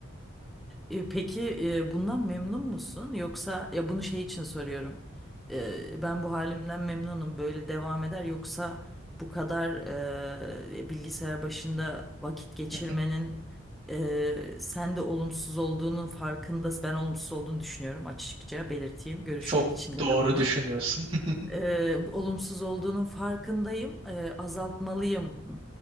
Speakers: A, in the centre; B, on the right.
A: E, Peki e, bundan memnun musun? Yoksa ya bunu şey için soruyorum. E, ben bu halimden memnunum. Böyle devam eder. Yoksa bu kadar e, bilgisayar başında vakit geçirmenin
B: <laughs>
A: e, sende olumsuz olduğunun farkında. Ben olumsuz olduğunu düşünüyorum açıkça belirteyim. Görüşümün
B: Çok
A: içinde
B: doğru
A: de bunu.
B: düşünüyorsun. <laughs>
A: E, olumsuz olduğunun farkındayım. E, azaltmalıyım